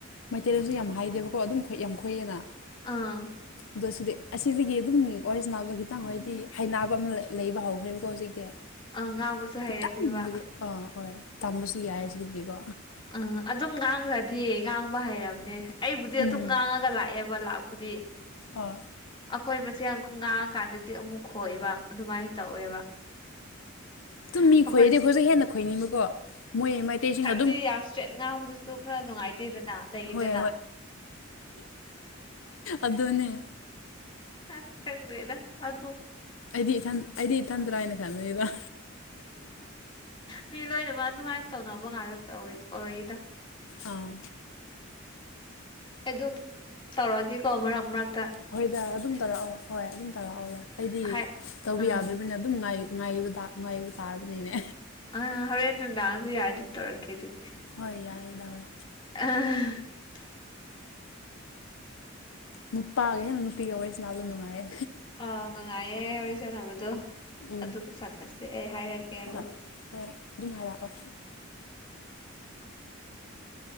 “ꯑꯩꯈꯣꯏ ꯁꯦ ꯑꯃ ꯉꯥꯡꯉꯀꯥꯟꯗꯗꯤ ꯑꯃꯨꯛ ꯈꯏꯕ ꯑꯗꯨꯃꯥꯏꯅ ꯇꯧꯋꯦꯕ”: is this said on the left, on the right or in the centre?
Left